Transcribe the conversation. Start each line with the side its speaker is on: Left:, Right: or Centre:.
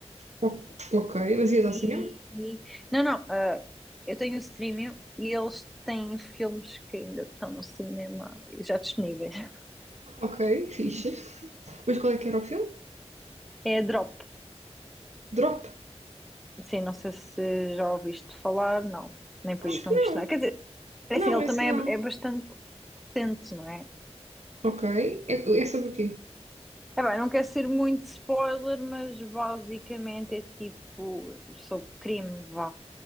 Right: O- Ok, mas ias ao
Centre: E.
Right: cinema?
Centre: Não, não, ah, eu tenho o streaming e eles têm filmes que ainda estão no cinema e já disponíveis. <laughs>
Right: Ah, Ok, fixe. Mas qual é que era o filme?
Centre: É a Drop.
Right: Drop?
Centre: Sim, não sei se já ouviste falar, não, nem por
Right: Acho
Centre: isso, não
Right: que não.
Centre: viste nada. Quer dizer, é
Right: Não,
Centre: assim, ele
Right: esse
Centre: também
Right: não.
Centre: é, é bastante. sentes, não é?
Right: Ok, é, é sobre o quê?
Centre: É bem, não quero ser muito spoiler, mas basicamente é tipo sobre crime, vá.